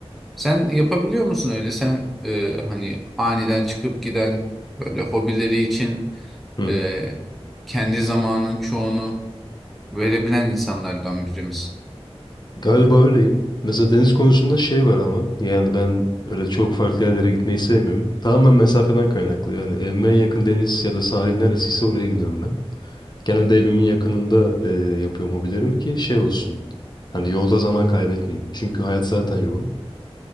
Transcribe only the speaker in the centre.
Sen yapabiliyor musun öyle? Sen e, hani aniden çıkıp giden böyle hobileri için
e, kendi zamanın çoğunu verebilen insanlardan birimiz.